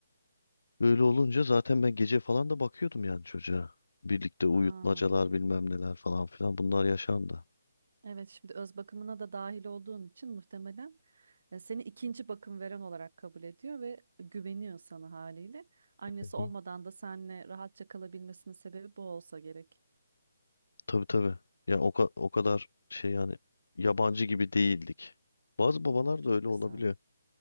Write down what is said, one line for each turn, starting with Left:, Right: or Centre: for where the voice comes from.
Left: Öyle olunca zaten ben gece falan da bakıyordum yani çocuğa. Birlikte uyutmacalar
Right: Hmm.
Left: bilmem neler falan filan bunlar yaşandı.
Right: Evet şimdi öz bakımına da dahil olduğun için muhtemelen e, seni ikinci bakım veren olarak kabul ediyor ve güveniyor sana haliyle. Annesi
Left: Hı hı.
Right: olmadan da seninle rahatça kalabilmesinin sebebi bu olsa gerek.
Left: Tabii tabii. Yani o, ka- o kadar şey yani yabancı gibi değildik. Bazı babalar
Right: Hmm, çok
Left: da öyle olabiliyor.
Right: güzel.